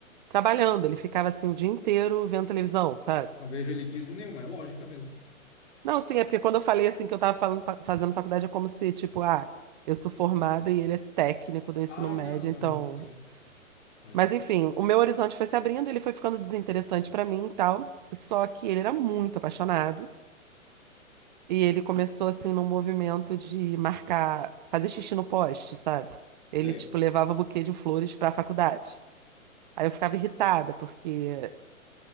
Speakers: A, on the right; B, on the left.
A: trabalhando, ele ficava assim o dia inteiro vendo televisão, sabe?
B: Não vejo elitismo nenhum, é lógica mesmo.
A: Não, sim, é porque quando eu falei assim que eu tava falando- fa- fazendo faculdade, é como se, tipo, ah, eu sou formada e ele é técnico do ensino
B: Ah,
A: médio,
B: não, não,
A: então.
B: não, sim. Mas
A: Mas enfim, o meu horizonte foi se abrindo, ele foi ficando desinteressante pra mim e tal. Só que ele era muito apaixonado e ele começou assim num movimento de marcar, fazer xixi no poste, sabe? Ele,
B: Sei.
A: tipo, levava buquê de flores pra faculdade. Aí eu ficava irritada, porque